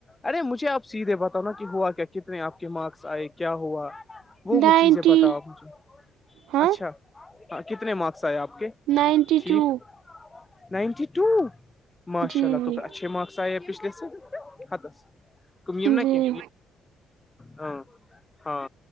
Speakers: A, on the left; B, on the right.
A: ارے مجھے آپ سیدھے بتاؤ نا کہ ہوا کیا کتنے آپ کے مارکس آئے کیا ہوا وہ
B: نائنٹی
A: چیزیں بتاؤ آپ مجھے
B: ہاں
A: اچھا ہاں کتنے مارکس آئے آپ کے
B: نائنٹی
A: ٹھیک
B: ٹو
A: نائنٹی ٹو ماشاء
B: جی
A: اللہ
B: جی
A: تو اچھے مارکس شاید پچلے سال حتس کم نا
B: جی
A: کہ ہاں ہاں